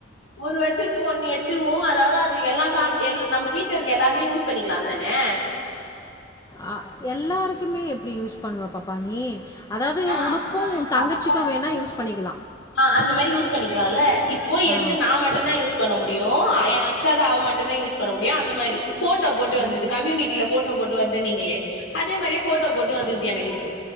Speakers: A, on the left; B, on the left.
A: ஒரு வருஷத்துக்கு ஒண்ணு எடுத்துக்குவோ அதாவத் அது எல்லா ஃப்ரேம் எல் நம்ம வீட்ல இருக்க எல்லாருமே யூஸ் பண்ணிக்கிலா தானே
B: ஆ எல்லாருக்குமே எப்டி யூஸ் பண்ணுவே பாப்பா நீ அதாது
A: அதுதா
B: உனக்கு
A: அம்மா
B: உ தங்கச்சிக்கு
A: அப்பா அது
B: வேணா யூஸ் பண்ணிக்
A: ஆ அந்த மாரி யூஸ் பண்ணிக்கிலால இப்போ எந்து
B: ஆ.
A: நா மட்டுந்தா யூஸ் பண்ண முடியு ஆ எ அக்காது அவ மட்டுந்தா யூஸ் பண்ண முடியு அந்த மாரி ஃபோட்டோ போட்டு வந்துத்து
B: ஓ!
A: கம்யூனிட்டில ஃபோட்டோ போட்டு வருதுனீங்களே அதே மாரியே ஃபோட்டோ போட்டு வந்துது எனக்கிப்போ